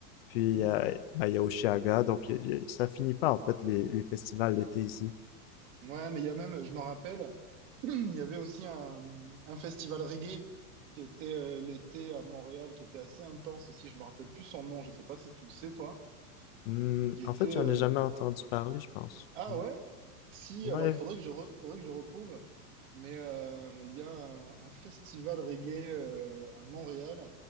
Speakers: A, on the left (about 40°); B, on the right (about 55°).
A: Puis
B: Mhm.
A: euh, ben, il y a Oshiaga, donc il y a- ça finit pas en fait les, les festivals d'été ici.
B: Ouais, mais il y a même, je me rappelle, <clears throat> Il y avait aussi un, un festival reggae qui était euh, l'été à Montréal, qui était assez intense aussi. Je me rappelle plus son nom, je sais pas si tu le sais, toi.
A: Hmm,
B: Qui était.
A: en fait, j'en
B: euh,
A: ai jamais entendu parler, je pense.
B: Ah
A: Ouais.
B: ouais? Si,
A: Ouais.
B: alors il faudrait que je, re- il faudrait que je retrouve. Mais euh, il y a un, un festival reggae euh, à Montréal